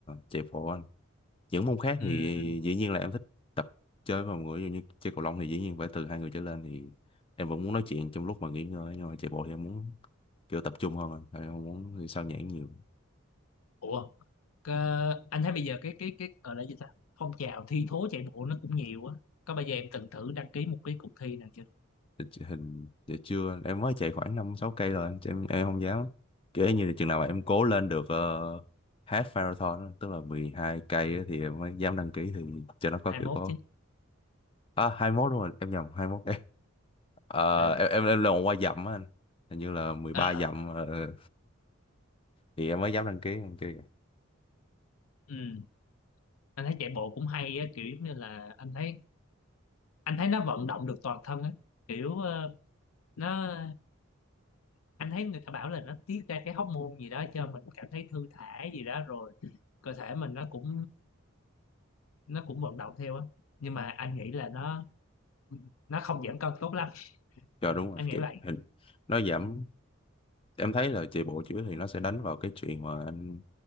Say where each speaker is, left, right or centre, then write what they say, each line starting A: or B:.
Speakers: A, on the left (about 25°); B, on the left (about 80°).
A: chạy bộ á. những môn khác
B: ừ,
A: thì
B: ừ.
A: dĩ nhiên là em thích tập chơi với mọi người ví dụ như chơi cầu lông thì dĩ nhiên phải từ hai người trở lên thì em vẫn muốn nói chuyện trong lúc mà nghỉ ngơi nhưng mà chạy bộ thì em muốn kiểu tập trung hơn à. em không muốn thì sao nhãng nhiều
B: ủa Cơ- anh thấy bây giờ cái cái cái gọi là gì ta phong trào thi thố chạy bộ nó cũng nhiều á có bao giờ em từng thử đăng ký một cái cuộc thi nào chưa
A: Để ch- hình để chưa em mới chạy khoảng năm sáu cây rồi chứ em em không dám kiểu như là chừng nào mà em cố lên được uh, half marathon á, tức là 12 cây á thì em mới dám đăng ký thì cho nó có
B: hai
A: kiểu
B: mốt
A: có
B: chứ
A: à 21 đúng rồi em nhầm 21 cây Ờ,
B: ừ
A: em em em là qua dặm á anh hình như là mười
B: Ờ,
A: ba
B: ờ,
A: dặm ờ. ờ. thì em mới dám đăng ký đăng ký
B: ừ anh thấy chạy bộ cũng hay á kiểu giống như là anh thấy anh thấy nó vận động được toàn thân á kiểu ờ, nó anh thấy người ta bảo là nó tiết ra cái hormone gì đó cho mình cảm thấy thư thả gì đó rồi cơ thể mình nó cũng nó cũng vận động theo á nhưng mà anh nghĩ là nó nó không giảm cân tốt lắm
A: cho đúng rồi
B: anh nghĩ
A: kiểu
B: vậy
A: hình nó giảm em thấy là chạy bộ chữa thì nó sẽ đánh vào cái chuyện mà anh